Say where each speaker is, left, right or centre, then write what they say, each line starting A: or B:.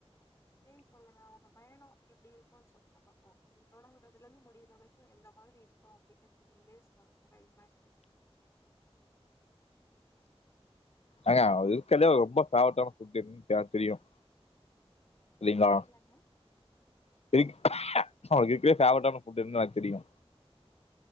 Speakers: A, on the left (about 25°); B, on the left (about 75°).
A: வெரி நைஸ் சொல்லுங்க உங்க பயணம் எப்டி இருக்கும் சொல்லுங்க பாப்போ நீங்க தொடங்குறதுல இருந்து முடியிற வரைக்கு எந்த மாரி இருக் கோ அப்டிங்கறத நீங்ளே சொல்லுங்க உங்க இம்மாஜினேஷன்
B: ஏங்க இதுக்கல்யே ரொம்ப ஃபேவரட்டான ஃபுட் எதுனு எனக் தெரியும் இல்லீங்ளா
A: புரியலங்க
B: இரு அவுங்களுக்கே ஃபேவரட்டான ஃபுட் எதுன் இன்னா தெரியும்